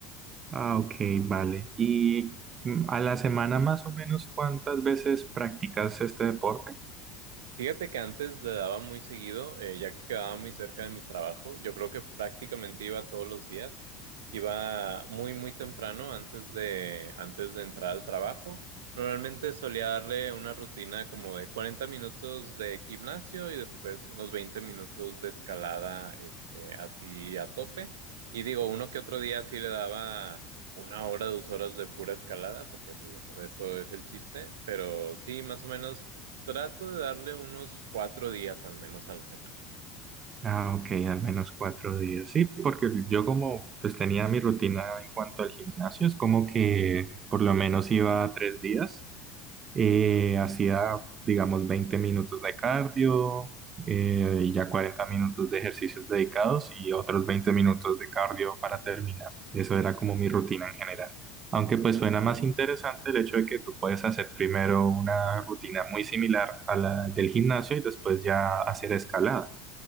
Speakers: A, on the right (about 35°); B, on the right (about 75°).
A: Ah, ok, vale. ¿Y mm, a la semana más o menos cuántas veces practicas este deporte?
B: Fíjate que antes le daba muy seguido, eh, ya que quedaba muy cerca de mi trabajo. Yo creo que prácticamente iba todos los días. Iba muy, muy temprano antes de, antes de entrar al trabajo. Normalmente solía darle una rutina como de 40 minutos de gimnasio y después unos 20 minutos de escalada, este, así a tope. Y digo, uno que otro día sí le daba una hora, dos horas de pura escalada, porque pues bueno, de eso es el chiste, pero sí, más o menos Trato de darle unos cuatro días al menos a la semana.
A: Ah, ok, al menos cuatro días. Sí, porque yo como pues tenía mi rutina en cuanto al gimnasio, es como que por lo menos iba tres días. Eh, hacía, digamos, 20 minutos de cardio eh, y ya 40 minutos de ejercicios dedicados y otros 20 minutos de cardio para terminar. Eso era como mi rutina en general. Aunque pues suena más interesante el hecho de que tú puedes hacer primero una rutina muy similar a la del gimnasio y después ya hacer escalada.